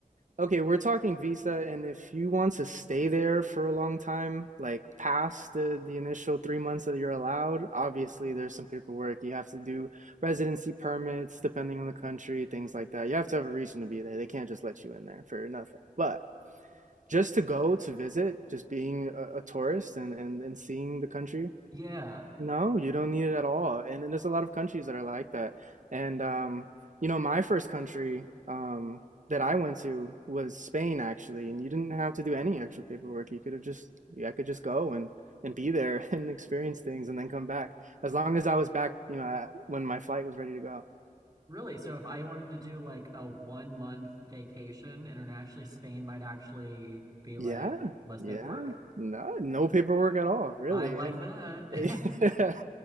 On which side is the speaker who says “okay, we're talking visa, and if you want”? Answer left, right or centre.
Right